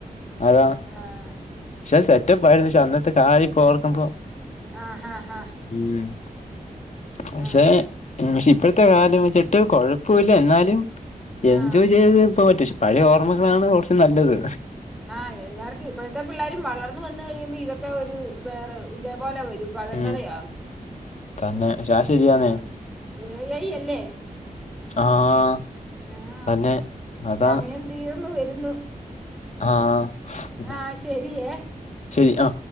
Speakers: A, on the left; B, in the centre.
A: ആരാ.
B: ആഹ്
A: പക്ഷെ സെറ്റപ്പ് ആയിരുന്നു. പക്ഷെ അന്നത്തെ കാര്യ ഒക്കെ ഓർക്കുമ്പോ.
B: ആഹ് ആഹ് ആഹ്
A: ഉം പക്ഷെ.
B: ആഹ്
A: ഉം പക്ഷ്യ ഇപ്പഴത്തെ കാലം വെച്ചിട്ട് കൊഴപ്പുല്ല. എന്നാലും എൻജോയ്
B: ആഹ്
A: ചെയ്ത് പോവാൻ പറ്റുശു. പഴേ ഓർമ്മകളാണ് കൊറച്ച് നല്ലത്.
B: ആഹ് എല്ലാർക്കും ഇപ്പഴത്തെ പിള്ളേരും വളർന്ന് വന്ന് കഴിയുമ്പി ഇതൊക്കെ ഒരു വേറെ ഇതേപോലെ വെരും. വഴങ്കരയാകും.
A: ഉം തന്നെ പക്ഷെ അത് ശരിയാന്നെ
B: ആഹ് ഏ ഐ അല്ലേ.
A: ആഹ്
B: ആഹ്
A: തന്നെ അതാ
B: സമയം തീർന്നു വരുന്നു.
A: ആഹ്
B: ആഹ് ശരിയേ
A: ശരി ആ.